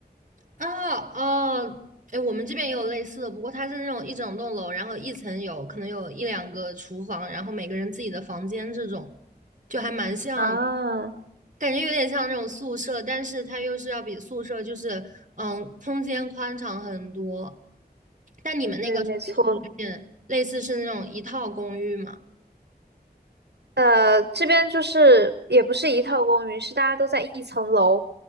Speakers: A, on the right (about 50°); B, on the right (about 85°).
A: 哦哦，哎，我们这边也有类似的，不过它是那种一整栋楼，然后一层有可能有一两个厨房，然后每个人自己的房间这种，就还蛮像，
B: 啊，
A: 感觉有点像那种宿舍，但是它又是要比宿舍就是嗯空间宽敞很多。但你们那个属于是有点类似是那种一套公寓嘛？
B: 对，没错。呃，这边就是也不是一套公寓，是大家都在一层楼，